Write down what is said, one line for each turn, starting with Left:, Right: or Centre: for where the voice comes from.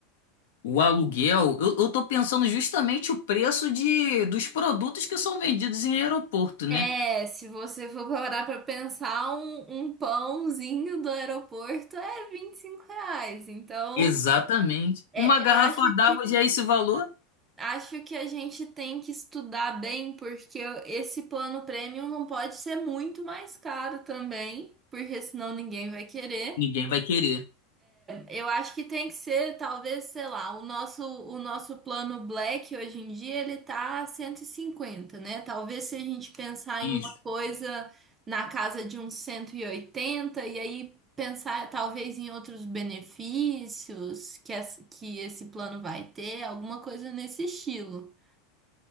Left: o aluguel, eu, eu tô pensando justamente o preço de, dos produtos que são vendidos em aeroporto, né?
Right: É, se você for parar para pensar, um, um pãozinho do aeroporto é vinte e cinco reais. Então,
Left: Exatamente.
Right: é,
Left: Uma garrafa
Right: eu acho
Left: d'água
Right: que
Left: já é esse valor?
Right: Acho que a gente tem que estudar bem, porque esse plano premium não pode ser muito mais caro também, porque senão ninguém vai querer.
Left: Ninguém vai querer.
Right: Eu acho que tem que ser, talvez, sei lá, o nosso, o nosso plano Black hoje em dia ele tá 150, né? Talvez se a gente pensar
Left: Isso.
Right: em uma coisa na casa de uns 180 e oitenta e aí pensar talvez em outros benefícios que, essa- que esse plano vai ter, alguma coisa nesse estilo.